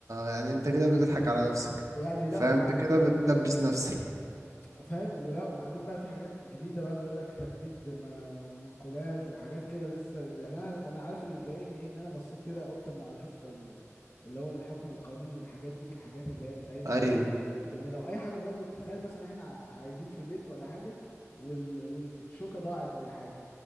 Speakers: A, on the right (about 80°); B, on the left (about 45°).
A: يعني انت كده بتضحك على نفسك
B: يعني
A: فاهم
B: لا هو
A: انت كده
B: ما كت...
A: بتدبس نفسك
B: فاهم ولا وبعدين بقى في حاجات جديده بقى بيقول لك تبديد ما- منقولات وحاجات كده لسه يعني انا انا عارف اللي ضايقني ايه ان انا بصيت كده قلت اما اشوف ال- اللي هو الحكم القانوني والحاجات دي في الحاجات اللي هي القايمه
A: ايوه
B: وكده ان لو اي حاجه باظت تخيل مثلا احنا ع- قاعدين في بيت ولا حاجه وال والشوكه ضاعت ولا حاجه